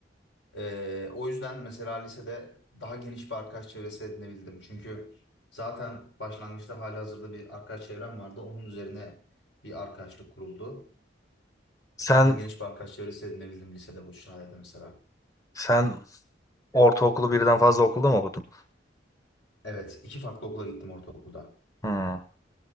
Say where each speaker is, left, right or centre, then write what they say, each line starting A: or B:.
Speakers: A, on the left (about 80°); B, on the left (about 20°).
A: Ee, o yüzden mesela lisede daha geniş bir arkadaş çevresi edinebildim. Çünkü zaten başlangıçta halihazırda bir arkadaş çevrem vardı. Onun üzerine bir arkadaşlık kuruldu.
B: Sen
A: Daha geniş bir arkadaş çevresi edinebildim lisede bu sayede mesela.
B: sen ortaokulu birden fazla okulda mı okudun?
A: Evet, iki farklı okula gittim ortaokulda.
B: Hmm.